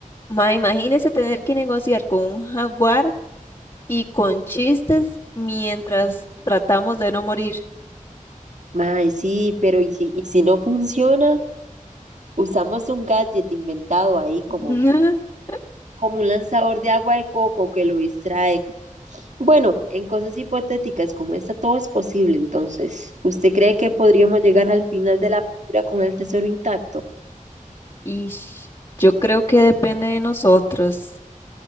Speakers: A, on the left; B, on the right.
A: Ma, imagínese tener que negociar con un jaguar y con chistes mientras tratamos de no morir.
B: Mae, sí, pero ¿y si, y si no funciona? Usamos un gadget inventado ahí como,
A: <laughs>
B: como un lanzador de agua de coco que lo distrae Bueno, en cosas hipotéticas como esta todo es posible, entonces, ¿usted cree que podríamos llegar al final de la película con el tesoro intacto?
A: Y yo creo que depende de nosotros.